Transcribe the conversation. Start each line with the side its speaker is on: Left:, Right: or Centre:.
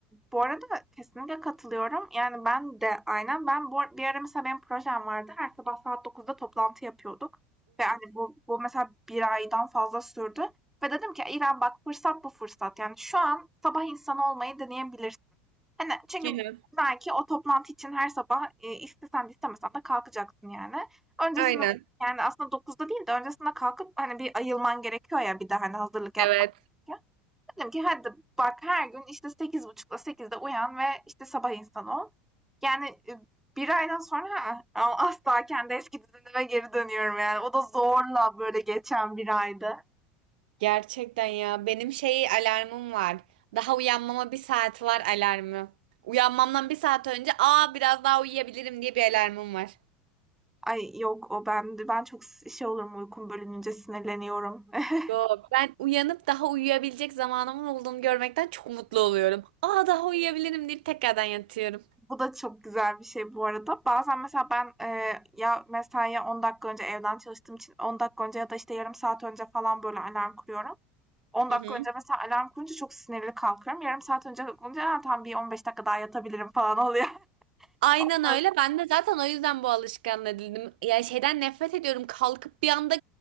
Centre: Bu arada kesinlikle katılıyorum. Yani ben de aynen ben bu bir ara mesela benim projem vardı. Her sabah saat dokuzda toplantı yapıyorduk. Ve hani bu, bu mesela bir aydan fazla sürdü. Ve dedim ki İrem bak fırsat bu fırsat. Yani şu an sabah insanı olmayı deneyebilirsin. Hani çünkü
Right: Hı hı.
Centre: belki o toplantı için her sabah e, istesen de istemesen de kalkacaksın yani. Öncesinde
Right: Aynen.
Centre: yani aslında dokuzda değil de öncesinde kalkıp hani bir ayılman gerekiyor ya bir de hani hazırlık yapmak
Right: Evet.
Centre: gerekiyor. Dedim ki hadi bak her gün işte 8.30'da sekizde uyan ve işte sabah insanı ol. Yani e, bir aydan sonra "Ha, ama asla kendi eski düzenime geri dönüyorum yani. O da zorla böyle geçen bir aydı.
Right: Gerçekten ya benim şey alarmım var. Daha uyanmama bir saat var alarmı. Uyanmamdan bir saat önce aa biraz daha uyuyabilirim diye bir alarmım var.
Centre: Ay yok o ben ben çok s- şey olurum uykum bölününce sinirleniyorum. <laughs>
Right: Yok ben uyanıp daha uyuyabilecek zamanımın olduğunu görmekten çok mutlu oluyorum. Aa daha uyuyabilirim deyip tekrardan yatıyorum.
Centre: Bu da çok güzel bir şey bu arada. Bazen mesela ben e, ya mesaiye 10 dakika önce evden çalıştığım için 10 dakika önce ya da işte yarım saat önce falan böyle alarm kuruyorum. 10 dakika
Right: Hı hı.
Centre: önce mesela alarm kurunca çok sinirli kalkıyorum. Yarım saat önce kalkınca "Ha, tam bir 15 dakika daha yatabilirim falan oluyor.
Right: Aynen
Centre: <laughs>
Right: öyle. Ben de zaten o yüzden bu alışkanlığa edindim. Ya şeyden nefret ediyorum. Kalkıp bir anda